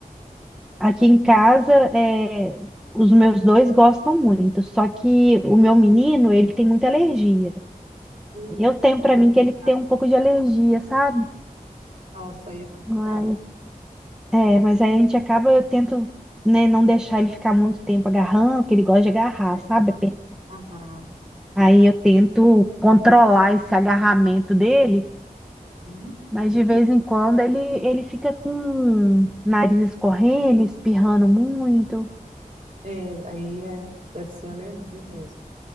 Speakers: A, in the centre; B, on the right.
A: Aqui em casa, é, os meus dois gostam muito, só que o meu menino, ele tem muita alergia.
B: Ih,
A: Eu tenho para mim que ele
B: cara,
A: tem um pouco de alergia, sabe?
B: Nossa, aí é complicado.
A: Mas, é, mas aí a gente acaba, eu tento, né, não deixar ele ficar muito tempo agarrando, que ele gosta de agarrar,
B: É,
A: sabe? Aper-
B: aham.
A: Aí eu tento controlar esse agarramento dele.
B: Hum.
A: Mas de vez em quando ele, ele fica com o nariz escorrendo, espirrando muito.
B: É, aí é, deve ser alergia mesmo.